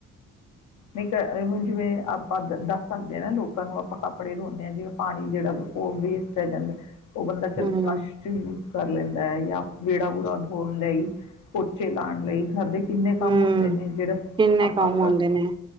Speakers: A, on the left; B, on the right.
A: ਨਹੀਂ ਤਾਂ ਐਵੇਂ ਜਿਵੇਂ ਆਪਾਂ ਦੱਸ ਸਕਦੇ ਹਾਂ ਨਾ ਲੋਕਾਂ ਨੂੰ ਆਪਾਂ ਕੱਪੜੇ ਧੋਂਦੇ ਹਾਂ ਜਿਵੇਂ ਪਾਣੀ ਜਿਹੜਾ ਉਹ ਵੇਸਟ ਹੈ ਜਾਂਦਾ। ਉਹ ਬੰਦਾ ਚੱਲ
B: ਹਮ
A: ਫਲਸ਼ ਚ ਯੂਜ ਕਰ ਲੈਂਦਾ ਹੈ ਜਾਂ ਵਿਹੜਾ- ਵੂਹੜਾ ਧੋਣ ਲਈ। ਪੋਚੇ ਲਾਉਣ ਲਈ। ਘਰ ਦੇ ਕਿੰਨੇ ਕੰਮ
B: ਹਮ
A: ਹੁੰਦੇ ਨੇ ਜਿਹੜੇ
B: ਕਿੰਨੇ
A: ਆਪਾਂ
B: ਕੰਮ ਆਉਂਦੇ ਨੇ